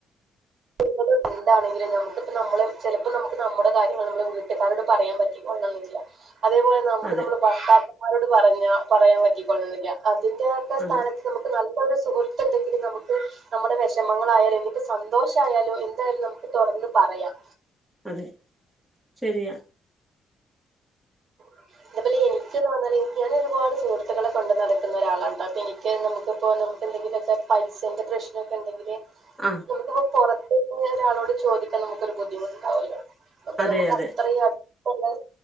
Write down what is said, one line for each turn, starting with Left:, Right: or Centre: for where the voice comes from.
Right: <unintelligible> എന്താണെിലും നമുക്ക്പ്പോ നമ്മള് ചിലപ്പോൾ നമുക്ക് നമ്മുടെ കാര്യങ്ങൾ നമ്മള് വീട്ടുകാരോട് പറയാൻ പറ്റില്ല അതേപോലെ നമുക്ക്
Centre: അതെ
Right: നമ്മടെ ഭർത്താക്കന്മാരോട് പറഞ്ഞ പറയാൻ പറ്റിക്കോള്ളന്നില്ല ഇതിന്റെ ഒക്കെ സ്ഥാനത്ത്
Centre: അതെ
Right: നമുക്ക് നല്ല സുഹൃത്ത് എന്തെങ്കിലും നമുക്ക് നമ്മുടെ വിഷമങ്ങളായാലും എങ്കട്ടും സന്തോഷം ഷയാലും എന്തായാലും നമുക്ക് തുറന്ന് പറയാം
Centre: അതെ ശരിയാ
Right: <unintelligible> എനിക്ക് തോന്നാൽ എനിക്ക് തന്ന ഒരുപാ സഹത്തുളെ കൊണ്ട് നടക്കുന്നരാളാണ്ട്ട്ടാ അപ്പോ എനിക്ക് നമുക്കിപ്പോ നമുക്ക് എന്തെങ്കിലൊക്കെ പൈസന്റെ പ്രശ്നമൊക്കെ ഉണ്ടെങ്കില്
Centre: ആഹ്
Right: നമുക്കിപ്പ പുറത്ത ഒരാളോട് ചോദിക്കാൻ നമുക്കൊരു ബുദ്ധിമുട്ടുണ്ടാവല്ലോ അപ്പൊ
Centre: അതെ
Right: നമുക്ക്
Centre: അതെ
Right: അത്രയും അടുപ്പുള്ളെ